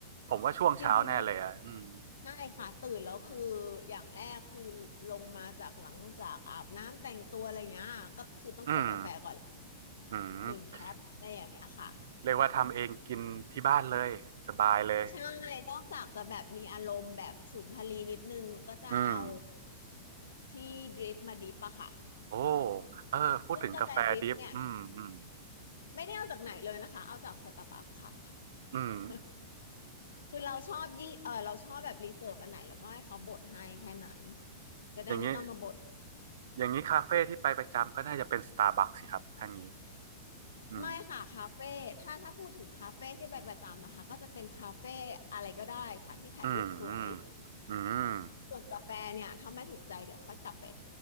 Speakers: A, on the right; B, on the left.
A: ผมว่าช่วงเช้าแน่เลยอ่ะอืม
B: จริงๆแล้วใช่ค่ะตื่นแล้วคืออย่างแรกคือลงมาจากหลังจากอาบน้ำแต่งตัวอะไรเงี้ยก็คือต้องกดกาแฟก่อน
A: อืมอืม
B: หนึ่งแคปอะไรอย่างเงี้ยค่ะ
A: เรียกว่าทำเองกินที่บ้านเลยสบายเลย
B: ใช่นอกจากจะแบบมีอารมณ์แบบสุนทรีนิดนึงก็จะเอา
A: อืม
B: ที่ดริปมาดริปอะค่ะ
A: โอ้เออพูดถึงกาแฟดิฟอืมอืม
B: ซึ่งกาแฟดริปเนี่ยไม่ได้เอาจากไหนเลยนะคะเอาจากสตาร์บัคค่ะ
A: อืม
B: <laughs> คือเราชอบยี่เออเราชอบแบบรีเสิร์ชอันไหนแล้วก็ให้เขาบดให้แค่นั้น
A: <laughs>
B: จะได้ไม่ต้องมาบด
A: อย่างนี้อย่างนี้คาเฟ่ที่ไปประจำก็น่าจะเป็นสตาร์บัคสิครับท่านี้อืม
B: ไม่ค่ะคาเฟ่ถ้าถ้าพูดถึงคาเฟ่ที่ไปประจำนะคะก็จะเป็นคาเฟ่อะไรก็ได้ค่ะที่ถ่ายรูปสวย
A: อืมอืมอืม
B: ส่วนกาแฟเนี่ยถ้าไม่ถูกใจเดี๋ยวค่อยกลับไป